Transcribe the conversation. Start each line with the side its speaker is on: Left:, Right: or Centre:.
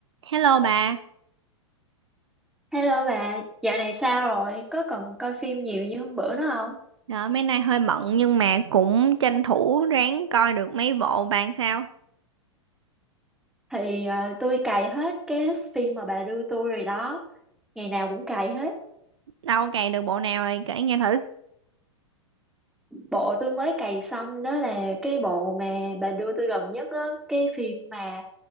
Right: Hello bà,
Centre: Hello bà, dạo này sao rồi? Có còn coi phim nhiều như hôm bữa nữa không?
Right: Đó, mấy nay hơi bận nhưng mà cũng tranh thủ ráng coi được mấy bộ bạn sao.
Centre: Thì ờ, tôi cày hết cái list phim mà bà đưa tôi rồi đó. Ngày nào cũng cày hết.
Right: Đâu cày được bộ nào rồi kể nghe thử.
Centre: Bộ tôi mới cày xong đó là cái bộ mà bà đưa tôi gần nhất á. Cái phim mà